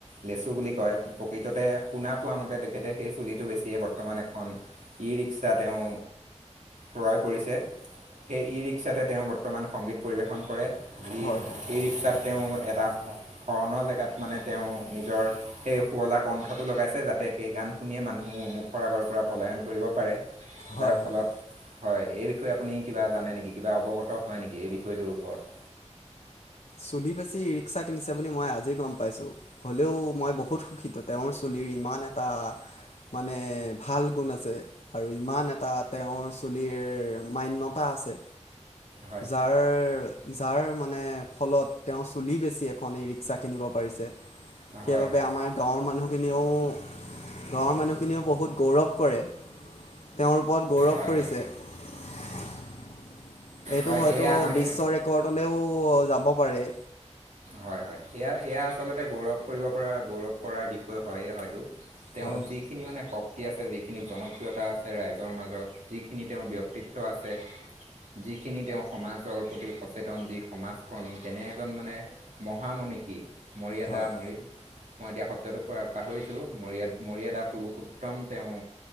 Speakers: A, on the right; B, on the left.
A: লেচু বুলি কয়। প্ৰকৃততে সোনা পোৱা মতে তেখেতে সেই চুলিটো বেছিয়ে বৰ্তমান এখন ই ৰিক্সা তেওঁ ক্ৰয় কৰিছে। সেই ই ৰিক্সাতে তেওঁ বৰ্তমান সংগীত পৰিৱেশন কৰে। যি
B: হয় হয়।
A: ই ৰিক্সাত তেওঁ এটা হনৰ জেগাত মানে তেওঁ নিজৰ সেই শুৱলা কণ্ঠটো লগাইছে। যাতে তে সেই গান শুনিয়ে মানুহ মুখৰ আগৰ পৰা পলায়ন কৰিব পাৰে।
B: হয়
A: যাৰ ফলত
B: হয়
A: হয় এই বিষয়ে আপুনি কিবা জানে নেকি? কিবা অৱগত হয় নেকি এই বিষয়টোৰ ওপৰত?
B: চুলি বেছি ৰিক্সা কিনিছে বুলি মই আজি গম পাইছো। হ'লেও মই বহুত সুখিত তেওঁৰ চুলি ৰ ইমান এটা মানে ভাল গুণ আছে আৰু ইমান এটা তেওঁৰ চুলিৰ মান্যতা আছে।
A: হয়
B: যাৰ যাৰ মানে ফলত তেওঁ চুলি বেছি এখন এই ৰিক্সা কিনিব পাৰিছে। সেইবাবে
A: হয় হয়
B: আমাৰ গাঁৱৰ মানুহখিনিয়েও। গাঁৱৰ মানুহখিনিয়েও বহুত গৌৰৱ কৰে তেওঁৰ ওপৰত গৌৰৱ
A: হয়
B: কৰিছে
A: হয়
B: <unintelligible> <inaudible> এইটো
A: হয়
B: হয়তো
A: এয়া আমি
B: বিশ্ব ৰেকৰ্ডলৈও যাব পাৰে
A: হয় হয় এয়া এয়া আচলতে গৌৰৱ কৰিব পৰা গৌৰৱ কৰাৰ বিষয় হয়েই হয়তো তেওঁৰ
B: হয়
A: যিখিনি মানে শক্তি আছে যিখিনি জনপ্ৰিয়তা আছে ৰাইজৰ মাজত যিখিনি তেওঁৰ ব্যক্তিত্ব আছে যিখিনি তেওঁ সমাজৰ প্ৰতি সচেতন যি সমাজ কৰ্মী তেনে এজন মানে মহামনিষী মৰিয়াদা
B: হয় হয়
A: মৰি মই এতিয়া শব্দটো পাহৰিছো মৰিয় মৰিয়াদা পুৰুষোত্তম তেওঁ